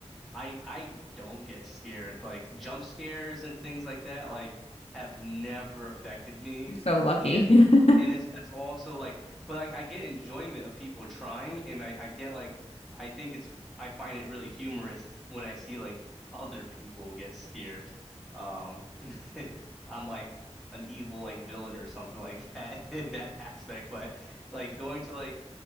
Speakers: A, in the centre; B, on the left.
A: I I don't get scared. Like jump scares and things like that like have never affected me
B: You're so lucky.
A: and and
B: <laughs>
A: it's it's also like but like I get enjoyment of people trying and I I get like I think it's I find it really humorous when I see like other people get scared. Um <laughs> I'm like an evil like villain or something like that <laughs> in that aspect but like going to like